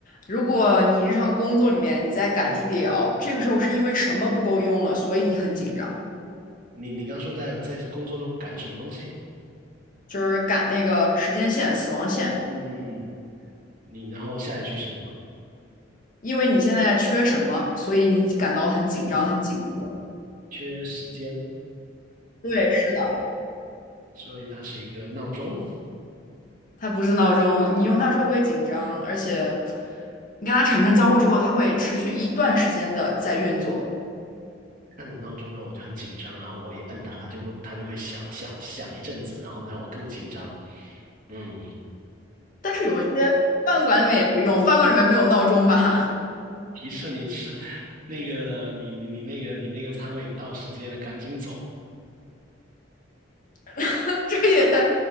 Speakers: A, on the left; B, on the right.
A: 如果你日常工作里面你在赶 DDL，这个时候是因为什么不够用了，所以你很紧张，
B: 你你刚说在在工作中赶什么东西？
A: 就是赶那个时间线、死亡线，
B: 嗯嗯嗯，你然后下一句是什么？
A: 因为你现在缺什么，所以你感到很紧张、很紧迫。
B: 缺时间，
A: 对，是的，
B: 所以它是一个闹钟。
A: 它不是闹钟，你用它时候会紧张，而且你跟它产生交互之后，它会持续一段时间的在运作。
B: 按着闹钟让我就很紧张，然后我一摁它，它就会它就会响响响一阵子，然后让我更紧张。嗯，
A: 但是有一些饭馆里面也会用，饭馆里面没有闹钟吧？
B: 提示你吃那个你你你那个你那个餐位到时间了，赶紧走，
A: <laughs> 这也